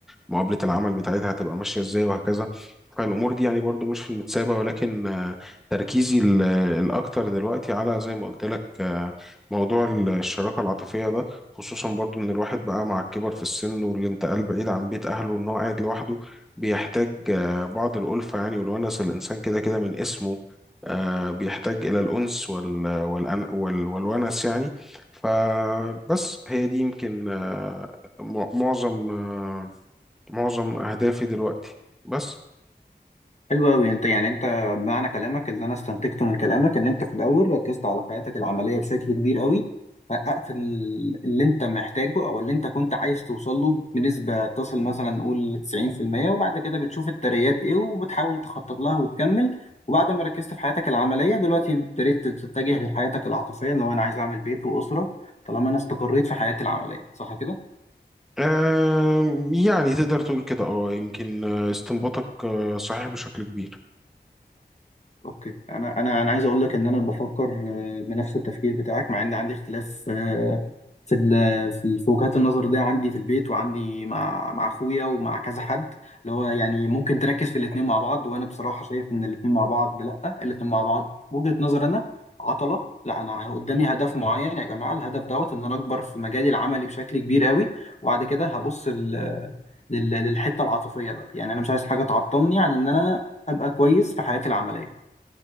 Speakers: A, in the centre; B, on the left.
A: مقابلة العمل بتاعتها هتبقى ماشية ازاي وهكذا فالأمور دي يعني برضو مش في المتسابة ولكن آه، تركيزي ال- الأكتر دلوقتي على زي ما قلت لك آه، موضوع الشراكة العاطفية ده خصوصا برضو إن الواحد بقى مع الكبر في السن والانتقال بعيد عن بيت أهله وإن هو قاعد لوحده بيحتاج آه، بعض الألفة يعني والونس الإنسان كده كده من اسمه آه، بيحتاج إلى الأنس وال والأن وال والونس يعني فبس هي دي يمكن آه، مع- معظم آه، معظم أهدافي دلوقتي بس
B: حلو أوي أنت يعني أنت معنى كلامك اللي أنا استنتجته من كلامك إن أنت في الأول ركزت على حياتك العملية بشكل كبير أوي حققت ال- اللي أنت محتاجه أو اللي أنت كنت عايز توصل له بنسبة تصل مثلا نقول 90% وبعد كده بتشوف الترقيات إيه وبتحاول تخطط لها وتكمل وبعد ما ركزت في حياتك العملية دلوقتي ابتديت تتجه لحياتك العاطفية لو أنا عايز أعمل بيت وأسرة طالما أنا استقريت في حياتي العملية صح كده؟
A: آم، يعني تقدر تقول كده اه يمكن آه، استنباطك آه، صحيح بشكل كبير
B: اوكي انا انا انا عايز اقول لك ان انا بفكر آه، بنفس التفكير بتاعك مع ان عندي اختلاف آه، في ال- في ال- في وجهات النظر دي عندي في البيت وعندي مع مع اخويا ومع كذا حد اللي هو يعني ممكن تركز في الاثنين مع بعض وانا بصراحه شايف ان الاثنين مع بعض لا الاثنين مع بعض وجهه نظر انا عطله لا انا قدامي هدف معين يا جماعه الهدف دوت ان انا اكبر في مجالي العملي بشكل كبير قوي وبعد كده هبص ال- لل- للحته العاطفيه بقى يعني انا مش عايز حاجه تعطلني عن ان انا ابقى كويس في حياتي العمليه